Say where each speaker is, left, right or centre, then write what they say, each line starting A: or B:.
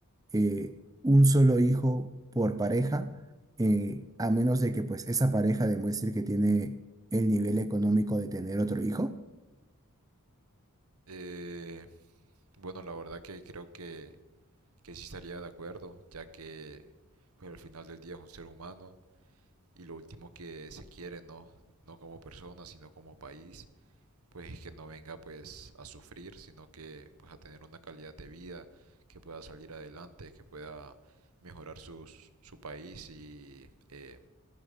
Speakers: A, on the right (about 15°); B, on the right (about 70°).
A: eh, un solo hijo por pareja, eh, a menos de que pues esa pareja demuestre que tiene el nivel económico de tener otro hijo.
B: Eh, bueno, la verdad que creo que, que sí estaría de acuerdo, ya que pues, al final del día es un ser humano y lo último que se quiere, ¿no? No como persona, sino como país, pues que no venga pues a sufrir, sino que pues a tener una calidad de vida, que pueda salir adelante, que pueda mejorar su su país y, eh,